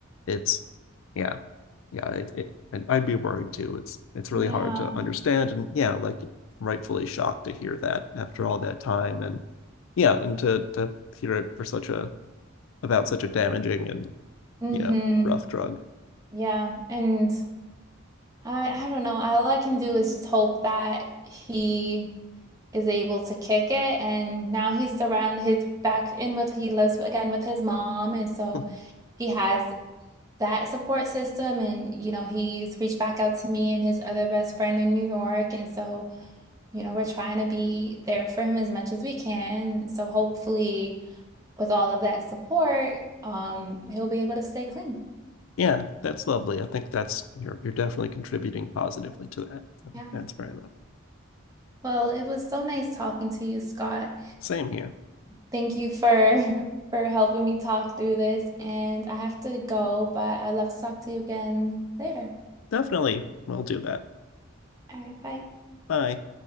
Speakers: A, on the left; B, on the right.
A: it's yeah yeah it, it I'd be worried too. It's it's really
B: Yeah.
A: hard to understand, and yeah, like rightfully shocked to hear that after all that time, and yeah, and to to hear it for such a about such a damaging and
B: Mm-hmm.
A: you know rough drug.
B: Yeah. And I I don't know. All I can do is just hope that he is able to kick it. And now he's surrounded his back in with he lives again with his mom. And so
A: <laughs>
B: he has that support system. And, you know, he's reached back out to me and his other best friend in New York. And so, you know, we're trying to be there for him as much as we can. So hopefully with all of that support, um, he'll be able to stay clean.
A: Yeah, that's lovely. I think that's you're you're definitely contributing positively to that.
B: Yeah.
A: That's very lovely.
B: Well, it was so nice talking to you, Scott.
A: Same here.
B: Thank you for <laughs> for helping me talk through this, and I have to go, but I'd love to talk to you again later.
A: Definitely. We'll do that.
B: All right, bye.
A: Bye.